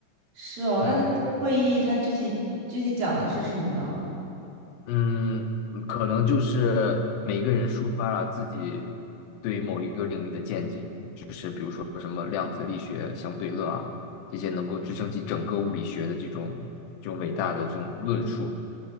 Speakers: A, on the right; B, on the left.
A: 是哦，
B: 嗯。
A: 那它这个会议它具体具体讲的是什么呢？
B: 嗯，嗯可能就是每个人抒发了自己对某一个领域的见解，就是比如说什么量子力学、相对论啊，这些能够支撑起整个物理学的这种这种伟大的这种论述。